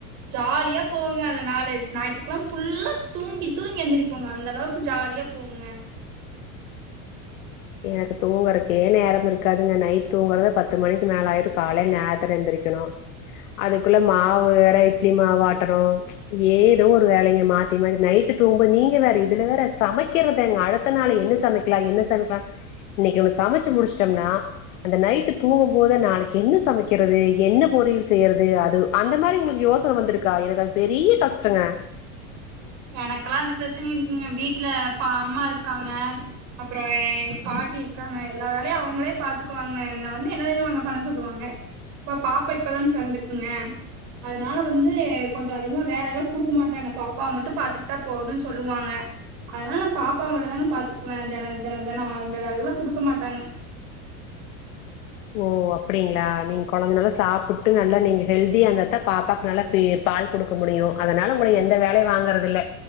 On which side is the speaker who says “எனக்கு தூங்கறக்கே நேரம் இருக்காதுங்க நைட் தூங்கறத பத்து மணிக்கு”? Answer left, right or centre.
Left